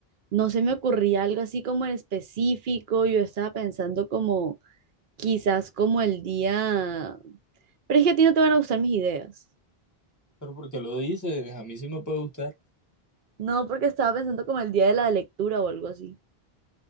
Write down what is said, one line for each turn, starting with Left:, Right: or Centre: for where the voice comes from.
Right: no se me ocurría algo así como en específico, yo estaba pensando como quizás como el día, pero es que a ti no te van a gustar mis ideas.
Left: Pero porque lo dices, a mí sí me puede gustar.
Right: No, porque estaba pensando como el día de la lectura o algo así.